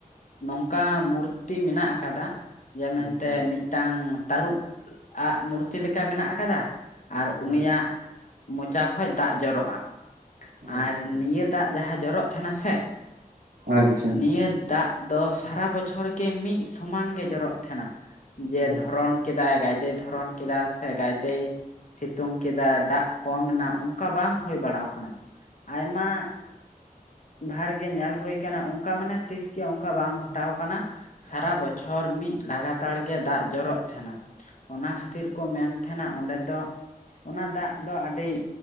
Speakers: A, on the left; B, on the right.
A: ᱱᱚᱝᱠᱟ ᱢᱩᱨᱛᱤ ᱢᱮᱱᱟᱜ ᱟᱠᱟᱫᱟ ᱡᱮ ᱢᱮᱱᱛᱮ
B: ᱟᱪᱪᱷᱟ ᱟᱪᱪᱷᱟ
A: ᱢᱤᱫᱴᱟᱝ ᱛᱟᱹᱨᱩᱵ ᱟᱜ ᱢᱩᱨᱛᱤ ᱞᱮᱠᱟ ᱢᱮᱱᱟᱜ ᱟᱠᱟᱫᱟ, ᱟᱨ ᱩᱱᱤᱭᱟᱜ
B: ᱟᱪᱪᱷᱟ
A: ᱢᱚᱪᱟ ᱠᱷᱚᱱ ᱫᱟᱜ ᱡᱚᱨᱚᱜᱼᱟ ᱾
B: ᱟᱪᱪᱷᱟ
A: ᱟᱨ ᱱᱤᱭᱟᱹ ᱫᱟᱜ ᱡᱟᱦᱟᱸ ᱡᱚᱨᱚᱜ ᱛᱟᱦᱮᱱᱟ ᱥᱮ
B: ᱟᱪᱪᱷᱟ ᱾
A: ᱱᱤᱭᱟᱹ ᱫᱟᱜ ᱫᱚ ᱥᱟᱨᱟ ᱵᱚᱪᱷᱚᱨ ᱜᱮ ᱢᱤᱫ ᱥᱚᱢᱟᱱ ᱜᱮ ᱡᱚᱨᱚᱜ ᱛᱟᱦᱮᱱᱟ ᱡᱮ
B: ᱟᱪᱪᱷᱟ
A: ᱫᱷᱚᱨᱚᱱ ᱠᱮᱫᱟᱭ ᱜᱟᱭᱫᱮᱭ ᱫᱷᱚᱨᱚᱱ ᱠᱮᱫᱟ ᱥᱮ ᱜᱟᱫᱮᱭ ᱥᱤᱛᱩᱝ ᱠᱮᱫᱟ ᱫᱟᱜ ᱠᱚᱢ ᱮᱱᱟ ᱚᱱᱠᱟ ᱵᱟᱝ ᱦᱩᱭ ᱵᱟᱲᱟ ᱟᱠᱟᱱᱟ ᱾ ᱟᱭᱢᱟ ᱵᱷᱟᱨ ᱜᱮ ᱧᱮᱞ ᱦᱩᱭ ᱠᱟᱱᱟ ᱚᱱᱠᱟ ᱢᱟᱱᱮ ᱛᱤᱥ ᱜᱮ ᱚᱱᱠᱟ ᱵᱟᱝ ᱜᱷᱚᱴᱟᱣ ᱟᱠᱟᱱᱟ ᱥᱟᱨᱟ ᱵᱚᱪᱷᱚᱨ ᱢᱤᱫ ᱞᱟᱜᱟᱛᱟᱨ ᱜᱮ ᱫᱟᱜ ᱡᱚᱨᱚᱜ ᱛᱟᱦᱮᱱᱟ ᱚᱱᱟ ᱠᱷᱟᱹᱛᱤᱨ ᱠᱚ ᱢᱮᱱ ᱛᱟᱦᱮᱱᱟ ᱚᱸᱰᱮ ᱫᱚ ᱚᱱᱟ ᱫᱟᱜ ᱫᱚ ᱟᱹᱰᱤ